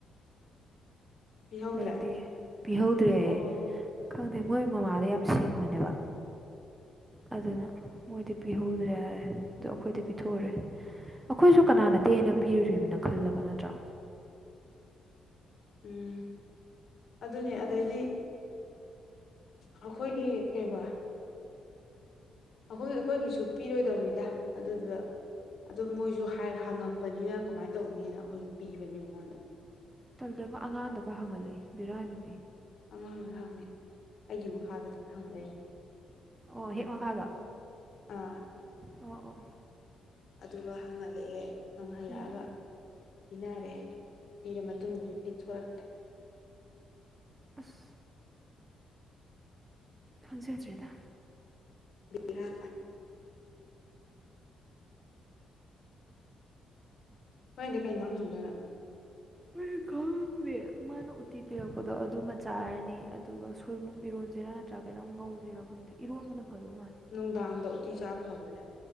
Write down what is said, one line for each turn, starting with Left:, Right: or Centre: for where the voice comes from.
Left: ꯄꯤꯍꯧꯗ꯭ꯔꯦ
Right: ꯂꯩꯇꯦ ꯄꯤꯍꯧꯗ꯭ꯔꯦ
Left: ꯑꯣ
Right: ꯈꯪꯗꯦ ꯃꯣꯏ ꯃꯃꯥꯗ ꯌꯥꯝ ꯁꯤꯡꯕꯅꯦꯕ ꯑꯗꯨꯅ ꯃꯣꯏꯗꯤ ꯄꯤꯍꯧꯗ꯭ꯔꯦ ꯍꯥꯏ ꯑꯗꯣ ꯑꯩꯈꯣꯏꯗꯤ ꯄꯤꯊꯣꯛꯎꯔꯦ ꯑꯩꯈꯣꯏꯁꯨ ꯀꯅꯥ ꯅꯠꯇꯦꯅ ꯄꯤꯔꯨꯔꯤꯃꯤꯅ ꯈꯜꯂꯒ ꯅꯠꯇ꯭ꯔꯣ
Left: ꯎꯝ ꯑꯗꯨꯅꯦ ꯑꯗꯩꯗꯤ
Right: ꯍꯣꯏ
Left: ꯑꯩꯈꯣꯏꯒꯤ ꯀꯩꯕꯥ ꯑꯩꯈꯣꯏ ꯑꯩꯈꯣꯏꯒꯤꯁꯨ ꯄꯤꯔꯣꯏꯗꯕꯅꯤꯗ ꯑꯗꯨꯗꯨꯗ ꯑꯗꯨ ꯃꯣꯏꯁꯨ ꯍꯪꯉꯛꯄꯅꯤꯅ ꯀꯃꯥꯏꯅ ꯇꯧꯅꯤꯅ ꯑꯩꯈꯣꯏ ꯄꯤꯕꯅꯤ ꯃꯉꯣꯟꯗ
Right: ꯇꯦꯝ ꯑꯃ ꯑꯉꯥꯡꯗꯒ ꯍꯪꯒꯠꯂꯛꯏ ꯕꯤꯔꯥꯅꯤ
Left: ꯑꯉꯥꯡꯗ ꯍꯪꯉꯦ ꯑꯩꯒꯤ ꯃꯈꯥꯗꯨꯗ ꯍꯪꯉꯔꯅꯤ
Right: ꯑꯣ ꯍꯦꯛ ꯃꯈꯥꯗ
Left: ꯑꯥ
Right: ꯑꯣ ꯑꯣ
Left: ꯑꯗꯨꯒ ꯍꯪꯍꯜꯂꯛꯑꯦ ꯍꯪꯍꯜꯂꯛꯑꯒ
Right: ꯎꯝ
Left: ꯄꯤꯅꯔꯦ ꯄꯤꯔ ꯃꯇꯨꯡꯗꯗꯤ ꯄꯤꯊꯣꯔꯛꯇ꯭ꯔꯦ
Right: ꯑꯁ ꯈꯪꯖꯗ꯭ꯔꯦꯗ
Left: <unintelligible> ꯀꯥꯏ ꯍꯣꯔꯦꯟꯗꯤ ꯀꯩ ꯌꯦꯟꯁꯡ ꯊꯣꯡꯗꯣꯏꯅꯣ
Right: ꯑꯩ ꯈꯥꯡꯗꯦ ꯃꯥꯅ ꯎꯇꯤ ꯄꯤꯔꯛꯄꯗꯣ ꯑꯗꯨꯃ ꯆꯥꯔꯅꯤ ꯑꯗꯨꯒ ꯁꯣꯏꯕꯨꯝ ꯏꯔꯣꯟꯁꯤꯔꯥ ꯅꯠꯇ꯭ꯔꯥ ꯀꯩꯅꯣꯝ ꯉꯧꯁꯤꯔꯥ ꯈꯪꯗꯦ ꯏꯔꯣꯟꯕꯅ ꯐꯗꯧ ꯃꯥꯜꯂꯦ
Left: ꯅꯨꯡꯗꯥꯡꯗ ꯎꯇꯤ ꯆꯥ ꯐꯕ꯭ꯔꯅꯦ